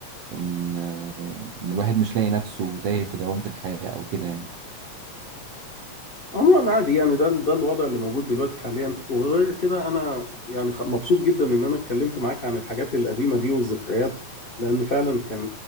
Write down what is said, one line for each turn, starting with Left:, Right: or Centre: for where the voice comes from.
Right: ان آه، ان الواحد مش لاقي نفسه تايه في دوامة الحياة او كده يعني
Left: عموما عادي يعني ده ده الوضع اللي موجود دلوقتي حاليا وغير كده انا يعني خ- مبسوط جدا ان انا اتكلمت معاك عن الحاجات القديمه دي والذكريات لان فعلا كان